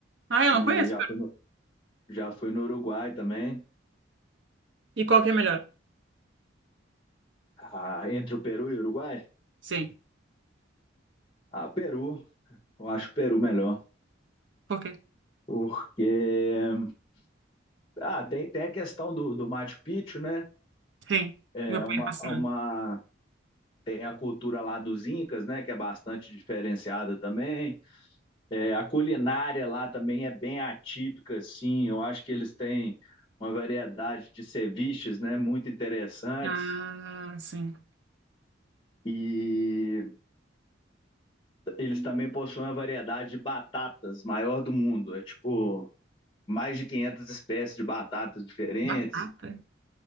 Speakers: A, on the right; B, on the left.
A: Ah, eu
B: e
A: não conheço.
B: já
A: pera.
B: fui no, já fui no Uruguai também.
A: E qual que é melhor?
B: Ah, entre o Peru e o Uruguai?
A: Sim.
B: Ah, Peru. Eu acho o Peru melhor,
A: Por quê?
B: porque Ah, tem, tem a questão do, do Machu Picchu, né?
A: Sim.
B: É
A: Meu pai
B: uma,
A: é fascinado.
B: uma, tem a cultura lá dos Incas, né? Que é bastante diferenciada também. É, a culinária lá também é bem atípica, assim. Eu acho que eles têm uma variedade de ceviches, né? Muito interessantes.
A: Ah, sim.
B: E eles também possuem uma variedade de batatas maior do mundo. É tipo mais de 500 espécies de batatas diferentes.
A: Batata.